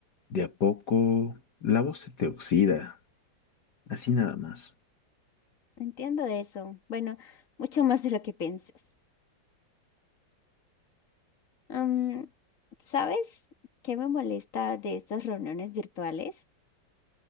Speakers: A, on the left (about 60°); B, on the left (about 45°).
A: de a poco la voz se te oxida, así nada más.
B: Entiendo eso. Bueno, mucho más de lo que piensas. Am, ¿sabes qué me molesta de estas reuniones virtuales?